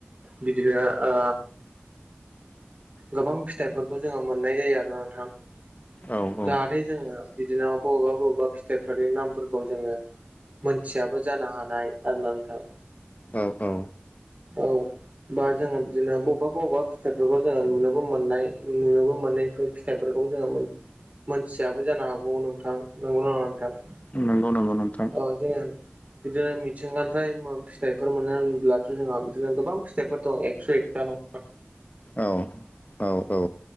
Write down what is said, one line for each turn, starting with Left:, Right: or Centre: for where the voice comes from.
Right: बिदिनो ओ गोबां फिथाइफोरखौ जोङो मोननाय जायो आरोना नोंथां।
Left: औ औ
Right: जाहाथे जोङो बिदिनो बबेबा बबेबा फिथाइफोरनि नामफोरखौ जोङो मोनथियाबो जानो हानाय। आरोना नोंथां।
Left: औ औ।
Right: औ बा जोङो बिदिनो बबा बबा फिथाइफोरखौ जोङो नुनोबो मोननाय नुनोबो मोननायफोर फिथाइफोरखौबो जोङो मोन मोनथियाबो जानो हागौ नोंथां नोंगौना नोङा नोंथां।
Left: नोंगौ नोंगौ नोंथा
Right: औ जोङो बिदिनो मिथिंगानिथाइ मा फिथाइफोर मोनो होनब्लाथ' जोंहा दिनो गोबां फिथायफोर दं एस' एथा न'
Left: औ औ औ।